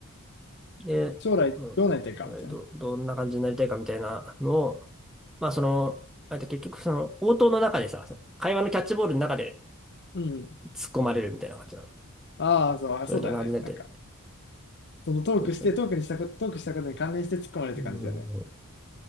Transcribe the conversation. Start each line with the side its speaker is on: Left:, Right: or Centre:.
Centre: で、
Left: 将来どうなりたいかみたいな。
Centre: うん、それど、どんな感じになりたいかみたいなのを、まあその、あと結局その応答の中でさ、会話のキャッチボールの中で
Left: うん。
Centre: 突っ込まれるみたいな感じなの。
Left: ああ、そう、あそうだよね。
Centre: それと同じねって、
Left: なんか、そのトークして、
Centre: 東京に。
Left: トークにしたこ、トークしたことに関連して突っ込まれるって感じだよね。
Centre: うん。